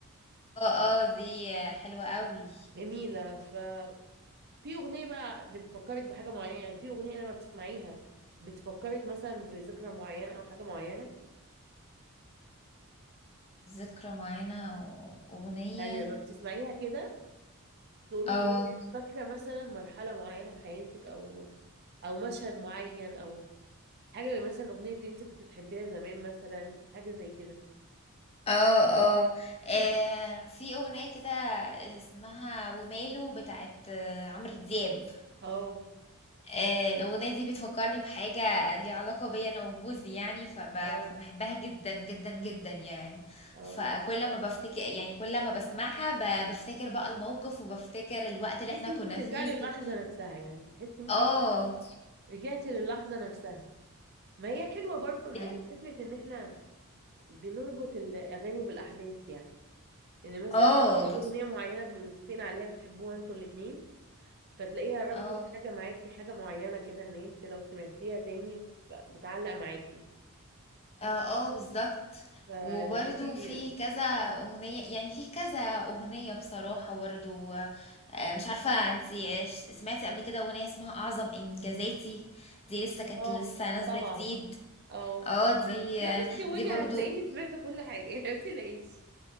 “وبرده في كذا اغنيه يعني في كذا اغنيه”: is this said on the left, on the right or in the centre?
Left